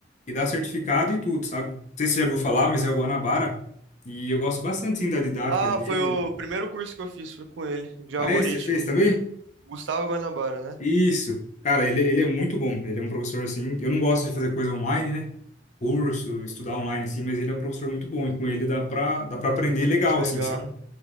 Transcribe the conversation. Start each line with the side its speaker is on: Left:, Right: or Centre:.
Left: e dá certificado e tudo, sabe? Não sei se você já ouviu falar, mas é o Guanabara, e eu gosto bastante, sim, da didática
Right: Ah,
Left: dele.
Right: foi o primeiro curso que eu fiz, foi com ele, de
Left: Ah,
Right: algoritmo.
Left: é? Você fez também?
Right: Gustavo Guanabara, né?
Left: Isso. Cara, ele, ele é muito bom. Ele é um professor assim. Eu não gosto de fazer coisa online, né? Curso, estudar online assim, mas ele é um professor muito bom e com ele dá pra, dá pra aprender legal,
Right: Que legal.
Left: assim, sabe?